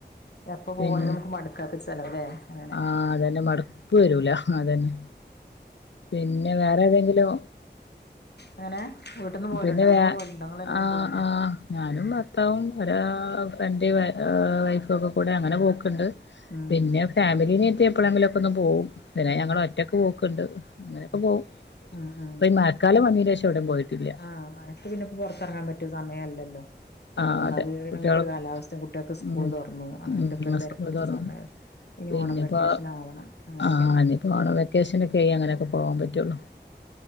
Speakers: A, on the left; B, on the left.
A: എപ്പൊ
B: പിൻ
A: പോവാണെങ്കിലും നമ്മുക്ക് മടു ക്കാത്തൊരു സ്ഥലല്ലേ അങ്ങനെ
B: ആഹ് അതന്നെ മടുപ്പ് വരൂല അതന്നെ പിന്നെ വേറെ ഏതെങ്കിലും
A: എങ്ങനെ വീട്ട്ന്ന് പോവലുണ്ടേ
B: പിന്നെ
A: അവിടുന്ന്
B: വേ
A: പോവലുണ്ടേ ഇങ്ങള് എല്ലാരും
B: ആഹ്
A: പോവലുണ്ടേ
B: ആഹ് ഞാനും ഭർത്താവും ഓരെ ഫ്രണ്ട് വൈഫും ഒക്കെ കൂടെ അങ്ങനെ പോക്കുണ്ട്
A: ഉം
B: പിന്നെ ഫാമിലീനായിട്ട് എപ്പോഴെങ്കിലൊക്കൊന്ന് പോവും പിന്നെ
A: ഉം
B: ഞങ്ങള് ഒറ്റക്ക് പോക്ക്ണ്ട് അങ്ങനൊക്കെ പോവും
A: ആഹ് ആഹ്
B: ഇപ്പൊ ഈ മഴക്കാലം വന്നീനേഷം എവിടേം പോയിട്ടില്ല
A: ആഹ് മഴക്ക് പിന്നെപ്പെ പൊറത്തിറങ്ങാൻ പറ്റിയ സമയല്ലല്ലോ
B: ആഹ്
A: ഒന്നാമത്
B: അതെ
A: പിന്നെ
B: കുട്ട്യാള്
A: അങ്ങനത്തൊരു കാലാവസ്‌ഥെം കുട്ടികൾക്ക് സ്കൂള്
B: ഉം
A: തൊറന്നു അങ്ങനത്തൊക്കെ
B: ഉം
A: ഒരു തെരക്ക്
B: സ്കൂള്
A: പിടിച്ച
B: തൊറന്ന്
A: സമയ ഇനി
B: പിന്നെപ്പോ
A: ഓണം വെക്കേഷൻ ആവണം അങ്ങനൊക്കല്ലേ
B: ആഹ് ഇനിയിപ്പോ ഓണം വെക്കേഷനൊക്കെയെ അങ്ങനൊക്കെ പോവാൻ പറ്റുള്ളൂ